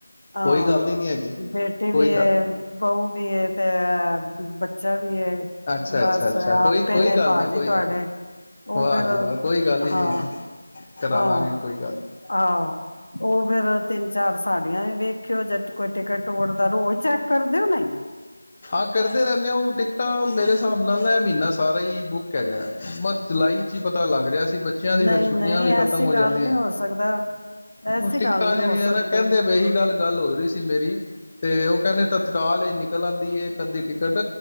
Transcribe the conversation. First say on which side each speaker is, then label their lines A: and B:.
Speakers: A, on the left; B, on the left.
A: ਅਾਂ
B: ਕੋਈ ਗੱਲ ਹੀ ਨੀ ਹੈਗੀ
A: ਬੇਟੀ
B: ਕੋਈ
A: ਵੀ
B: ਗੱਲ
A: ਬਹੁ ਵੀ ਤੇ <unintelligible> ਵੀ
B: ਅੱਛਾ
A: ਬਸ
B: ਅੱਛਾ ਅੱਛਾ ਕੋਈ
A: ਆਪੇ
B: ਕੋਈ
A: ਨੇ
B: ਗੱਲ
A: ਭਾਜੀ
B: ਨੀ ਕੋਈ
A: ਤੁਹਾਡੇ
B: ਗੱਲ ਨੀ
A: ਉਹ
B: ਵਾਹ ਜੀ
A: ਹਾਂ
B: ਵਾਹ ਕੋਈ ਗੱਲ ਹੀ
A: ਹਾਂ
B: ਨੀ ਹੈ ਕਰਾ ਲਾਂਗੇ ਕੋਈ ਗੱਲ ਨੀ
A: ਆਹ ਉਹ ਫੇਿਰ ਤਿੰਨ ਚਾਰ ਾਰ ਸਾਡੀਆਂ ਵੇਖਿਓ ਜੇ ਕੋਈ ਟਿਕਟ ਤੋੜਦਾ ਰੋਹੀ ਚੈੱਕ ਕਰ ਦਿਓ ਨਹੀਂ
B: ਹਾਂ ਕਰਦੇ ਰਹਿੰਦੇ ਆ ਉਹ ਟਿਕਟਾਂ ਮੇਰੇ ਹਿਸਾਬ ਨਾਲ ਨਾ ਮਹੀਨਾ ਸਾਰਾ ਹੀ ਬੁੱਕ ਹੈਗਾ ਮਤ ਜੁਲਾਈ ਚ ਹੀ ਪਤਾ ਲੱਗ ਰਿਹਾ ਸੀ ਬੱਚਿਆਂ ਦੀ
A: ਨਹੀਂ
B: ਫਰ ਛੁੱਟੀਆਂ
A: ਨਹੀਂ
B: ਵੀ ਖ਼ਤਮ
A: ਐਸੀ
B: ਹੋ ਜਾਂਦੀਆਂ
A: ਗੱਲ ਨਹੀਂ ਹੋ ਸਕਦਾ ਐਸੀ
B: ਹ ਟਿੱਕਾਂ
A: ਗੱਲ ਨਹੀਂ
B: ਜਿਹੜੀਆਂ
A: ਹੋ ਸਕਦੀ
B: ਨਾ ਕਹਿੰਦੇ ਬੇਹੀ ਗੱਲ ਗੱਲ ਹੋ ਰਹੀ ਸੀ ਮੇਰੀ ਤੇ ਉਹ ਕਹਿੰਦੇ ਤਤਕਾਲ ਹੀ ਨਿਕਲਣ ਇਹ ਅੱਧੀ ਟਿਕਟ